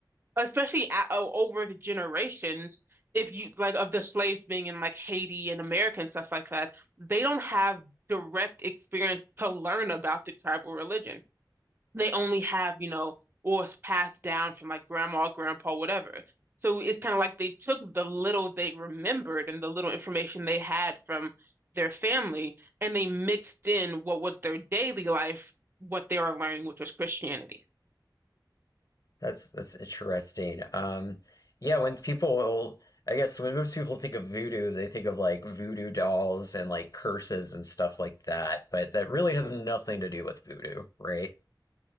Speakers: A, on the right; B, on the left.
A: especially a o- over the generations, if you like of the slaves being in like Haiti and America and stuff like that, they don't have direct experience to learn about the tribal religion. they only have, you know, or it's passed down from like grandma, grandpa, whatever. So it's kind of like they took the little they remembered and the little information they had from their family and they mixed in what was their daily life, what they were learning, which was Christianity.
B: That's that's interesting. Um, yeah, when people, I guess when most people think of voodoo, they think of like voodoo dolls and like curses and stuff like that, but that really has nothing to do with voodoo, right?